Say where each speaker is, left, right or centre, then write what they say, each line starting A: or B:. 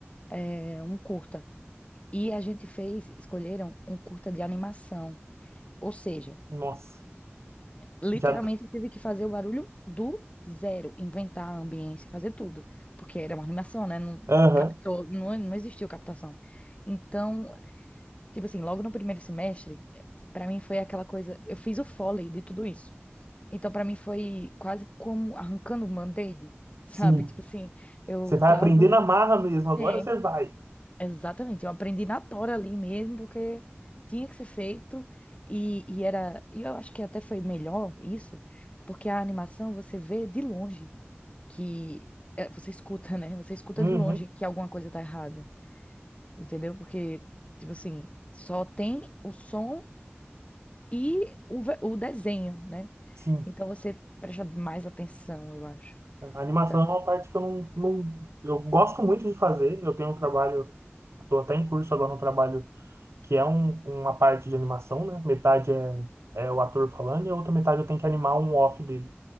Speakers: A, on the left; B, on the right.
A: é, um curta. E a gente fez, escolheram um curta de animação. Ou seja,
B: Nossa,
A: Literalmente,
B: já...
A: eu tive que fazer o barulho do zero, inventar a ambiência, fazer tudo, porque era uma animação, né? Não
B: Aham,
A: captou, não, não existiu captação. Então, tipo assim, logo no primeiro semestre, para mim foi aquela coisa, eu fiz o Foley de tudo isso. Então, para mim foi quase como arrancando um band-aid, <laughs> sabe?
B: sim.
A: Tipo assim, eu
B: Você vai
A: tava,
B: aprender na marra mesmo, agora
A: é,
B: você vai.
A: Exatamente, eu aprendi na tora ali mesmo, porque tinha que ser feito, e, e era, e eu acho que até foi melhor isso, porque a animação você vê de longe, que é, você escuta, né? Você escuta
B: Uhum,
A: de longe que alguma coisa tá errada, entendeu? Porque, tipo assim, só tem o som e o, ve- o desenho, né?
B: sim.
A: Então você presta mais atenção, eu acho.
B: A animação
A: Então,
B: é uma parte que eu não, não. Eu gosto muito de fazer. Eu tenho um trabalho, estou até em curso agora no trabalho que é um- uma parte de animação, né? Metade é, é o ator falando e a outra metade eu tenho que animar um off dele.